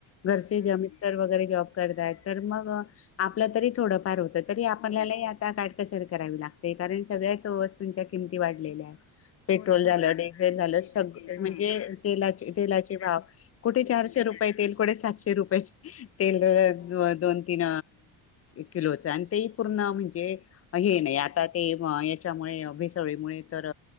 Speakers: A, on the left (about 30°); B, on the left (about 75°).
A: घरचे
B: हम्म
A: जे मिस्टर वगैरे जॉब करतात तर मग आपलं तरी थोडंफार होत तरी आपल्याला
B: हो
A: ता काटकसर करावी लागते कारण सगळ्याच वस्तूंच्या किमती वाढलेल्या आहेत. पेट्रोल
B: हो ना
A: झालं
B: हो ना
A: डिझेल झालं
B: तेलाचे
A: सग
B: हा
A: म्हणजे तेलाची तेलाची भाव कुठे
B: सिलेंडर
A: चारशे रुपये तेल कुठे सातशे रुपयाचे तेल
B: मग हो
A: दोन तीन किलोच अन ते पूर्ण, म्हणजे हे नाही,
B: हो
A: आता. ते, हं याच्यामुळे, भेसवळीमुळे, तर